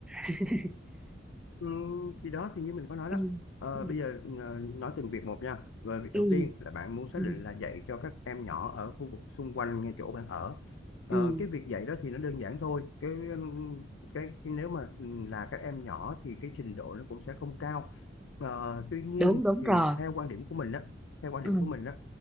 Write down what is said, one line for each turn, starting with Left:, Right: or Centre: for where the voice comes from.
Centre: <laughs>
Left: Ừ, thì đó thì như mình có nói
Centre: ừ.
Left: đó Ờ,
Centre: Ừ.
Left: bây giờ ờ, nói từng việc một nha và việc
Centre: Ừ.
Left: đầu tiên là bạn muốn xác
Centre: Ừ.
Left: định là dạy cho các em nhỏ ở khu vực xung quanh ngay chỗ bạn ở
Centre: Ừ.
Left: Ờ, cái việc dạy đó thì nó đơn giản thôi cái ừm, cái nếu mà ừm, là các em nhỏ thì cái trình độ nó cũng sẽ không cao Ờ, tuy nhiên
Centre: đúng đúng
Left: thì
Centre: rồi
Left: theo quan điểm của mình đó theo quan
Centre: ừ.
Left: điểm của mình đó